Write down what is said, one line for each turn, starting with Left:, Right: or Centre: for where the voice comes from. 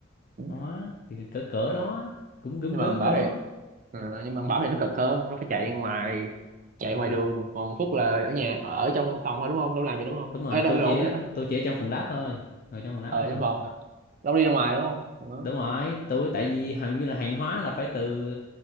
Right: Ừ.
Left: đó thì cỡ cỡ đó cũng gớm
Right: nhưng
Left: gớm
Right: mà thằng Bảo
Left: cỡ đó
Right: thì ờ, nhưng mà thằng Bảo thì nó cực hơn nó phải chạy ngoài chạy
Left: Ờ,
Right: ngoài đường còn Phúc là ở nhà ở trong phòng thôi đúng không đâu làm gì đúng không
Left: đúng rồi
Right: Ê, đâu,
Left: tôi
Right: đâu,
Left: chỉ
Right: đâu,
Left: tôi chỉ ở trong phòng lab thôi ngồi trong phòng lab
Right: ở
Left: thôi
Right: trong phòng đâu đi ra ngoài đúng không
Left: đúng rồi tôi tại vì hầu như là hàng hóa là phải từ